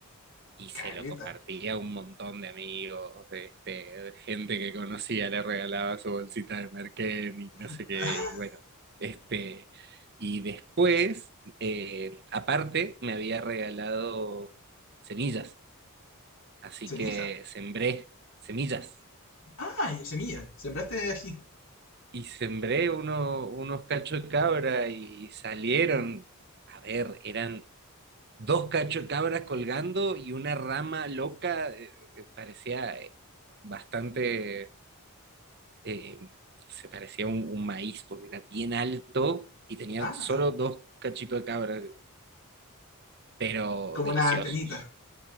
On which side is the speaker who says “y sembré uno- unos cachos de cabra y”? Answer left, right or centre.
Right